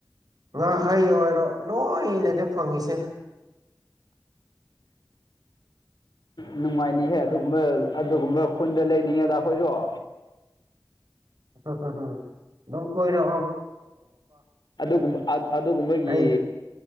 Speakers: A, on the right; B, on the left.
A: ꯉꯥꯍꯩ ꯑꯣꯏꯔꯣ ꯂꯣꯏꯅꯗꯤ ꯐꯪꯉꯁꯦ
B: ꯅꯨꯡꯉꯥꯏꯅꯤꯍꯦ ꯑꯗꯨꯒꯨꯝꯕ ꯑꯗꯨꯒꯨꯝꯕ ꯈꯨꯟꯗ ꯂꯩꯅꯤꯉꯦꯗ ꯑꯩꯈꯣꯏꯁꯨ ꯁ
A: ꯎ ꯂ ꯀꯣꯏꯔ
B: ꯑꯗꯨꯒꯨꯝ ꯑꯗꯨꯒꯨꯝꯕꯒꯤ
A: ꯑꯩ